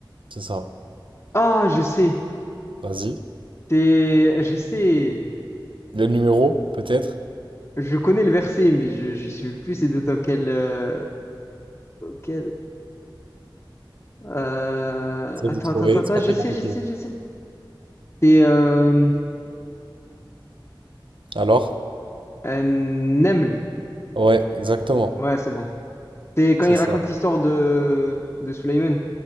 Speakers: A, on the right; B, on the left.
A: c'est ça.
B: Ah, je sais.
A: Vas-y.
B: C'est, je sais.
A: Le numéro, peut-être?
B: Je connais le verset, mais je ne sais plus c'est dans quel, euh, dans quel. euh,
A: Essaye
B: Attends,
A: de trouver,
B: attends, attends, attends,
A: c'est pas
B: je
A: très
B: sais,
A: compliqué.
B: je sais,
A: hein.
B: je sais. C'est euh,
A: Alors?
B: Euh, Neml.
A: Ouais, exactement.
B: Ouais, c'est bon. C'est quand
A: C'est
B: il
A: ça.
B: raconte l'histoire de, de Sulaiman.